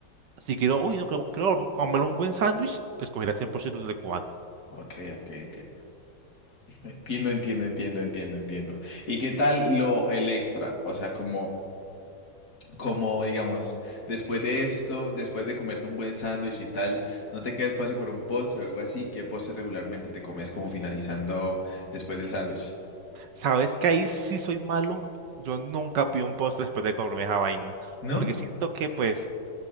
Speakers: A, on the right; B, on the left.
A: si quiero, uy, no quiero, quiero comer un buen sándwich, escogería 100% el de cubano.
B: Ok, ok, entiendo. Entiendo, entiendo, entiendo, entiendo, entiendo. ¿Y qué tal lo, el extra? O sea, como... Como, digamos, después de esto, después de comerte un buen sándwich y tal, no te queda espacio para un postre o algo así. ¿Qué postre regularmente te comes como finalizando después del sándwich?
A: ¿Sabes que ahí sí soy malo? Yo nunca pido un postre después de comerme esa vaina.
B: ¿No?
A: Porque siento que, pues,